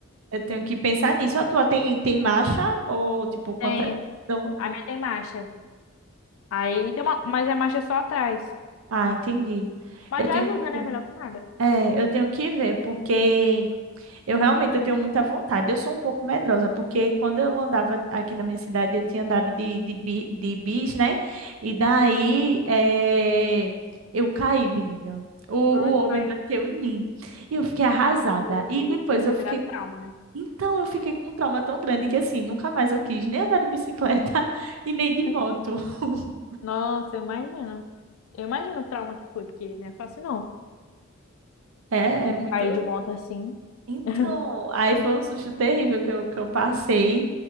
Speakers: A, on the right; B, on the left.
A: Eu tenho que pensar nisso. A tua tem, tem marcha ou tipo quanta.
B: Tem.
A: então-
B: A minha tem marcha. Aí tem uma, mas é marcha só atrás.
A: Ah, entendi.
B: Mas
A: Eu tenho
B: já ajuda,
A: que
B: né?
A: ver.
B: Melhor que nada.
A: É, eu tenho que ver, porque eu realmente eu tenho muita vontade. Eu sou um pouco medrosa, porque quando eu andava aqui na minha cidade, eu tinha andado de, de, bi- de bis, né? E daí é, eu caí, menina. O, o
B: Ai, tu
A: homem
B: caiu.
A: bateu em mim. E eu fiquei arrasada.
B: Meu
A: E
B: Deus,
A: depois
B: deve ter
A: eu
B: pegado
A: fiquei
B: trauma, né?
A: Então, eu fiquei com um trauma tão grande que, assim, nunca mais eu quis nem andar de bicicleta <laughs> e nem
B: <laughs>
A: de moto. <laughs>
B: Nossa, eu imagino. Eu imagino o trauma que foi, porque não é fácil não.
A: É, é muito.
B: Cair de moto assim.
A: Então,
B: <laughs>
A: aí foi um susto terrível que eu, que eu passei,